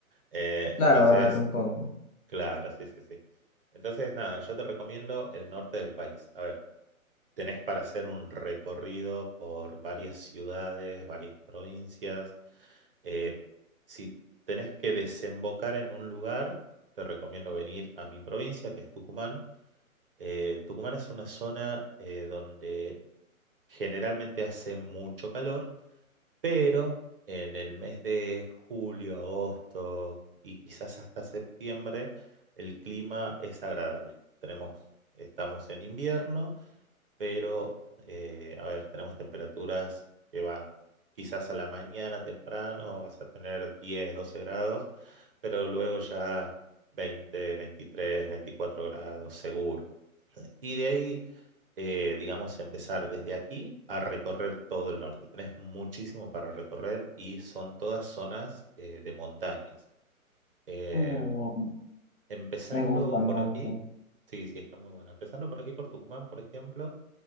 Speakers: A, on the right; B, on the left.
A: Eh,
B: Claro,
A: entonces,
B: barato un poco.
A: claro, sí, sí, sí. Entonces, nada, yo te recomiendo el norte del país. A ver, tenés para hacer un recorrido por varias ciudades, varias provincias. Eh, si tenés que desembocar en un lugar, te recomiendo venir a mi provincia, que es Tucumán. Eh, Tucumán es una zona eh, donde generalmente hace mucho calor, pero en el mes de julio, agosto y quizás hasta septiembre, el clima es agradable. Tenemos, estamos en invierno pero eh, a ver, tenemos temperaturas que van quizás a la mañana temprano, vas a tener 10 12 grados, pero luego ya 20 23 24 grados seguro. Y de ahí, eh, digamos, empezar desde aquí a recorrer todo el norte. Tenés muchísimo para recorrer y son todas zonas eh, de montañas. Eh,
B: Oh,
A: empezando
B: me gusta, me
A: por
B: gusta.
A: aquí, sí, sí, está muy bueno. Empezando por aquí, por Tucumán, por ejemplo